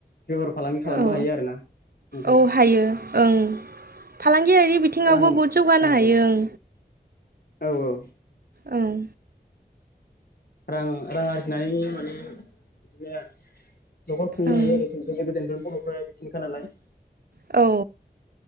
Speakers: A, on the left; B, on the right.
A: बेफार फालांगि खालामनो
B: औ
A: हायो आरोना नोंथां
B: औ हायो ओं फालांगियारि बिथिङावबो
A: रां औ
B: बहुत जौगानो हायो
A: औ
B: ओं
A: औ औ
B: ओम
A: रां रां आरजि नायनि माने <unintelligible> न'खर खुंनो
B: ओं
A: हायो आरो बे गोदो गोदो बर'फ्रा <unintelligible> नालाय
B: औ